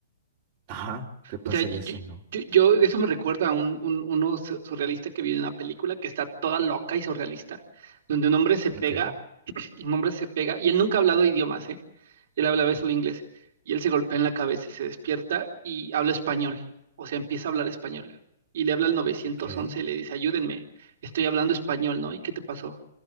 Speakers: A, on the right; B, on the right.
A: ajá, ¿qué pasaría
B: O sea, yo, yo,
A: si no?
B: yo- yo- de eso me recuerda a un, un- uno su- surrealista que vi en una película que está toda loca y surrealista, donde un hombre se pega
A: Okay.
B: el nombre se pega y él nunca ha hablado idiomas, ¿eh? Él hablaba solo inglés y él se golpea en la cabeza y se despierta y habla español, o sea, empieza a hablar español y le habla al 911
A: okay
B: y le dice, ayúdenme, estoy hablando español, ¿no? ¿Y qué te pasó?